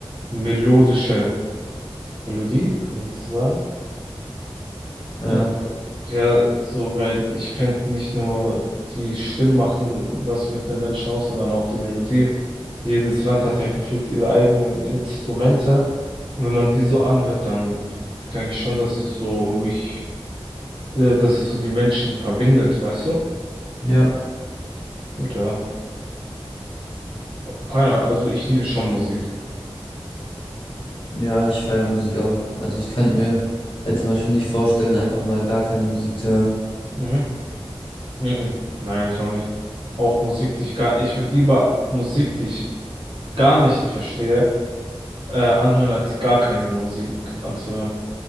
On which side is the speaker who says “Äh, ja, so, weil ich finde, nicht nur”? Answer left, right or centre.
Right